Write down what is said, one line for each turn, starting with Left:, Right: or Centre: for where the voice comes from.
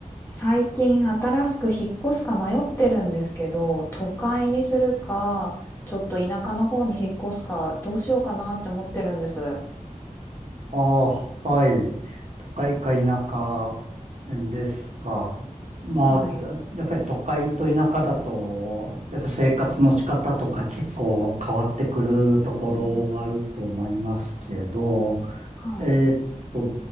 Left: 最近新しく引っ越すか迷ってるんですけど、都会にするか、ちょっと田舎の方に引っ越すか、どうしようかなって思ってるんです。
Right: ああ、はい。都会か田舎ですか。まあ、
Left: はい。
Right: やっぱり都会と田舎だと、やっぱ生活の仕方とか結構変わってくるところがあると思いますけど、
Left: うんうん、
Right: えーっと、
Left: はい。